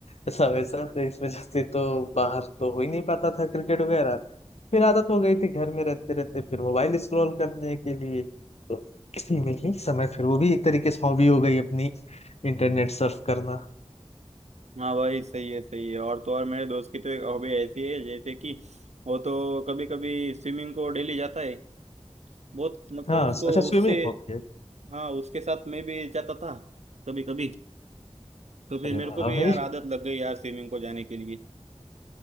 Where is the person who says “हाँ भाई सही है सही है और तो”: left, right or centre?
Right